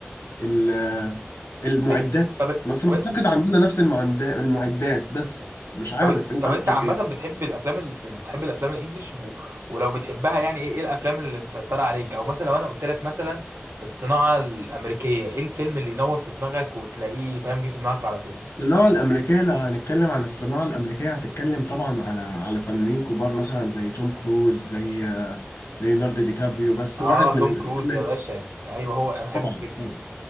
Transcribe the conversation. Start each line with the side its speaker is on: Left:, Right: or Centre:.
Left: ال المعدات
Right: طب طب
Left: بس ما
Right: طب
Left: اعتقد عندنا نفس المعدات المعدات بس مش عارف
Right: طب,
Left: انت
Right: طب
Left: رأيك
Right: انت عامه
Left: إيه؟
Right: بتحب الافلام ال... بتحب الافلام الانجليش و... ولو بتحبها يعني ايه إيه الافلام اللي مسيطره عليك او مثلا لو انا قلت لك مثلا الصناعه الامريكيه ايه الفيلم اللي ينور في دماغك وتلاقيه فاهم جه في دماغك على طول
Left: الصناعة الأمريكية لو هنتكلم عن الصناعة الأمريكية هتتكلم طبعا على على فنانين كبار مثلا زي توم كروز زي آه، ليوناردو دي كابريو بس
Right: اه
Left: واحد من
Right: توم
Left: الأفلام
Right: كروز
Left: ال-
Right: يا باشا ايوه هو انا بحبه
Left: طبعا
Right: جدا
Left: طبعا